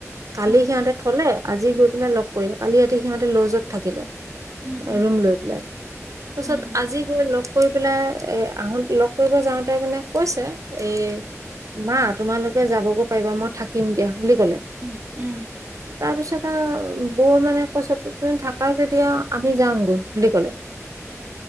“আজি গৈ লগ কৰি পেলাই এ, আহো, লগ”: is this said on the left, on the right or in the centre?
Right